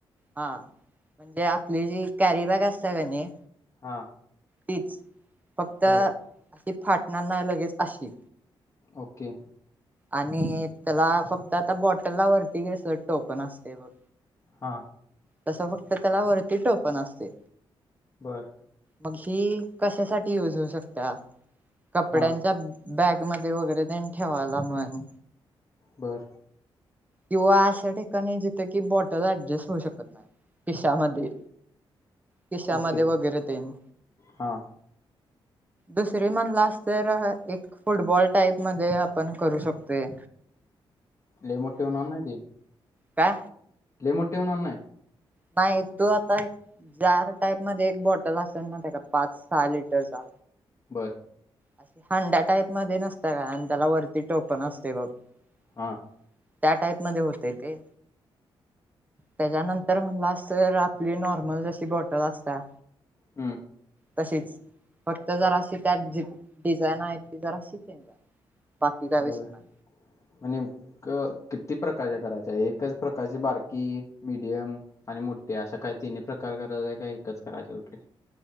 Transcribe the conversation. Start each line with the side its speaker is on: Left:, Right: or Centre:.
Right: हा म्हणजे आपली जी कॅरी बॅग असते कणी
Left: हा
Right: तिचं फक्त
Left: बर
Right: ती फाटणार नाही लगेच आशी
Left: ओके
Right: आणि त्याला फक्त आता बॉटल ला वरती घ्यायस टोपण असतय बघ
Left: हा
Right: तसं फक्त त्याला वरती टोपण असतय.
Left: बर.
Right: मग ही कशासाठी युज होऊ शकत्या? कपड्यांच्या
Left: हा
Right: बॅग मदे वगैरे तेन ठेवायला म्हण
Left: बर
Right: किंव्हा आश्या ठिकाणी जे तय की बॉटल ऍडजेस्ट होऊ शकत नाही खिशामध्ये खिशामध्ये
Left: ओके
Right: वगैरे तेन
Left: हा.
Right: दुसरी म्हटंलास तर एक फुटबॉल टाईप मध्ये आपण करू शकतोय.
Left: लय मोठे होणार नाही ते.
Right: का?
Left: लय मोठी होणार नाही.
Right: नाही तो आता एक जार टाईप मध्ये एक बॉटल असेल ना त्या पाच सहा लिटरचा
Left: बरं
Right: अस हांडा टाइप मध्ये नसता का आणि त्याला वरती टोप पण असते बा त्या
Left: हा
Right: टाइप मध्ये होतेय ते. त्याच्यानंतर. म्हणलास तर आपली नॉर्मल जशी बॉटल असत्या.
Left: हम्म.
Right: तशीच फक्त जर अशी त्यात ज डिझाईन आहेत ती जर अशी चेंज आहे. बाकी काय विषय
Left: बर
Right: नाही
Left: आणि क किती प्रकारच्या करायचे एकच प्रकारची बारकी मिडियम आणि मोठे अशा काही तिन्ही प्रकार करायचे आहे का एकच करायचंय कुठली